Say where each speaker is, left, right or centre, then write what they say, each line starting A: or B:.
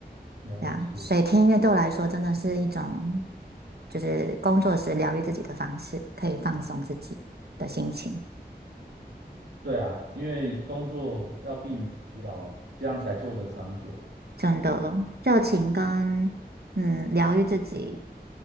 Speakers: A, on the right; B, on the right.
A: 了解，
B: 对啊，所以听音乐对我来说真的是一种，就是工作时疗愈自己的方式，可以放松自己的心情，
A: 对啊，因为工作要避免疲劳了，这样才做得长久。
B: 真的热情跟嗯疗愈自己，